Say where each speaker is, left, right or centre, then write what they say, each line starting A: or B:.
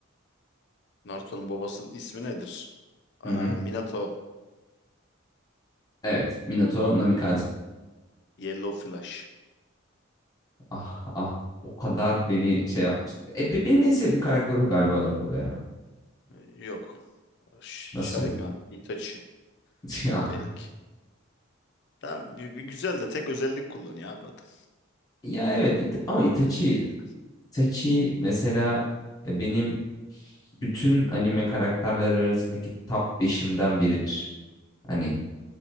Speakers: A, on the left (about 55°); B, on the left (about 15°).
A: Naruto'nun babasının ismi nedir? Aa,
B: Hı hı.
A: Minato,
B: Evet. Minato Namikaze.
A: Yellow Flash.
B: Ah ah o kadar beni şey yapmıştı. E, be- benim en sevdiğim karakter o galiba ortada ya.
A: Ee, Yok. Ş-
B: Nasıl
A: Sharingan,
B: yok?
A: Itachi,
B: <laughs> Ya,
A: Pink. Tamam, bir, bir güzel de tek özellik kullanıyor abi adam.
B: ya evet Ita- ama Itachi
A: Ee,
B: Itachi mesela e, benim bütün anime karakterleri arasındaki top 5'imden biridir. Hani